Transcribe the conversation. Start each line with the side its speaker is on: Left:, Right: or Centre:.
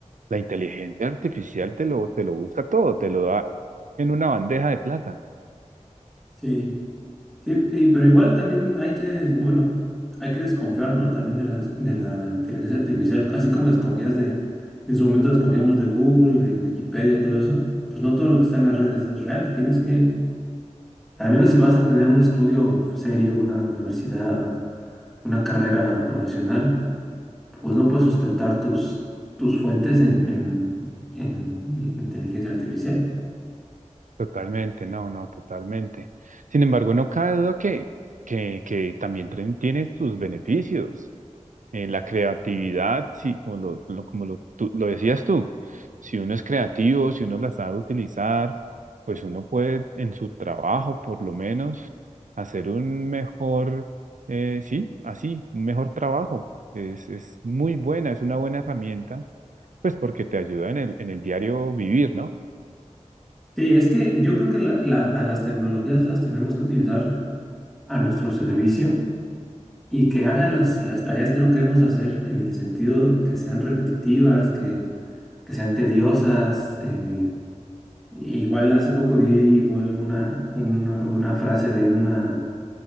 Right: La inteligencia artificial te lo, te lo busca todo, te lo da en una bandeja de plata.
Centre: Sí, Sí, y- pero igual también hay que, bueno, hay que desconfiar, ¿no? También de la, des- de la inteligencia artificial, así como desconfías de, en su momento desconfiamos de Google, de Wikipedia, todo eso, pues no todo lo que está en las redes es real. Tienes que, al menos si vas a tener un estudio serio, una universidad, una carrera profesional, pues no puedes sustentar tus, tus fuentes en, en- en inteligencia artificial.
Right: Totalmente, no, no, totalmente. Sin embargo, no cabe duda que, que, que también tren- tiene sus beneficios. En la creatividad, sí, como lo, lo- como lo, tú- lo decías tú, si uno es creativo, si uno la sabe utilizar, pues uno puede en su trabajo, por lo menos, hacer un mejor, eh, sí, así, un mejor trabajo. Es, es muy buena, es una buena herramienta Pues porque te ayuda en el, en el diario vivir, ¿no?
Centre: Sí, es que yo creo que la- la- a las tecnologías las tenemos que utilizar a nuestro servicio y que hagan las, las tareas que no queremos hacer en el sentido que sean repetitivas, que, que sean tediosas. eh, igual hace poco vi igual una, una, una frase de ahí de una,